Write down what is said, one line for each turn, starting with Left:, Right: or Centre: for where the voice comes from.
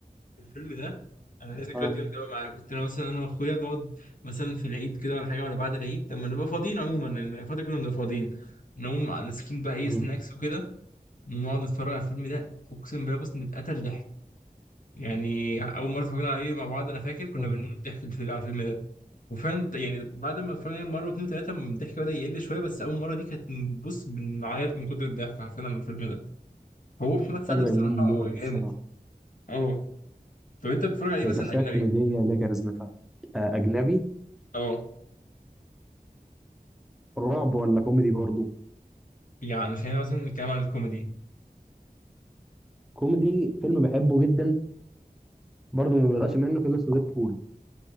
Left: الفيلم ده انا ليا ذكريات
Centre: اه
Left: جامده قوي معاه كنت انا مثلا انا واخويا نقعد مثلا في العيد كده ولا حاجه ولا بعد العيد لما نبقى فاضيين عموما لأن الفتره كنا بنبقى فاضيين نقوم ماسكين بقى ايه
Centre: مهم.
Left: سناكس وكده ونقعد نتفرج على الفيلم ده اقسم بالله بص نتقتل ضحك يعني اول مره اتفرجنا عليه مع بعض انا فاكر كنا
Centre: مهم.
Left: بنموت ضحك في الفيلم- على الفيلم ده وفعلا يعني بعد ما اتفرجنا عليه مره واثنين وثلاثه الضحك بدا يقل شويه بس اول مره دي كانت بص بنعيط من كتر الضحك عارفين على الفيلم ده هو محمد سعد
Centre: أجدع
Left: بصراحه
Centre: موت الصراحة
Left: جامد اه طب انت بتتفرج عليه
Centre: هي
Left: مثلا
Centre: شخصية
Left: اجنبي
Centre: كوميدية لا كاريزمتها آه، أجنبي
Left: اه
Centre: رعب ولا كوميدي برضو
Left: يعني خلينا مثلا نتكلم عن الكوميدي
Centre: كوميدي فيلم بحبه جدا برضو ما بيقدرش منه فيلم اسمه ديد بول